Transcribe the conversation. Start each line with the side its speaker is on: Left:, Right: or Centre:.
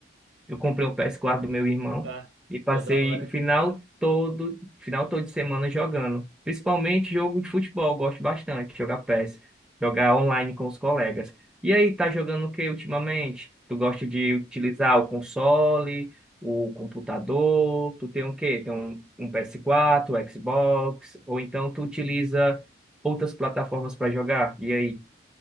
Centre: Eu comprei o PS4 do meu irmão
Right: Ah,
Centre: e passei
Right: pô, da hora.
Centre: o final todo, final todo de semana jogando. Principalmente jogo de futebol, eu gosto bastante de jogar PES, jogar online com os colegas. E aí, tá jogando o que ultimamente? Tu gosta de utilizar o console, o computador? Tu tem o quê? Tem um, um PS4, Xbox, ou então tu utiliza outras plataformas para jogar? E aí?